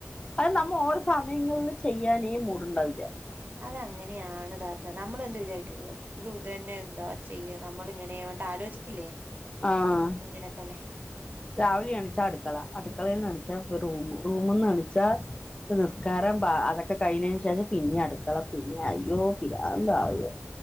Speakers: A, on the left; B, on the right.
A: അത് നമ്മ ഓരോ സമയങ്ങളിൽ ചെയ്യാനേ മൂടുണ്ടാവില്ല
B: അത് അങ്ങനെയാണ് താത നമ്മൾ എന്ത് വിചാരിക്ക എപ്പഴും ഇതു തന്നെ എന്താ ചെയ്യ നമ്മള ഇങ്ങനെ ആലോചിക്കില്ലേ
A: ആഹ്
B: അങ്ങനെ തന്നെ
A: രാവിലെ എണിച്ചാ അടുക്കള അടുക്കളയിൽന്ന് എണിച്ചാ റൂം റൂമന്ന് എണിച്ചാൽ നിസ്കാരം അതൊക്കെ കഴിഞ്ഞതിന് ശേഷം പിന്നെ അടുക്കള പിന്നെ അയ്യോ പിരാന്താവ്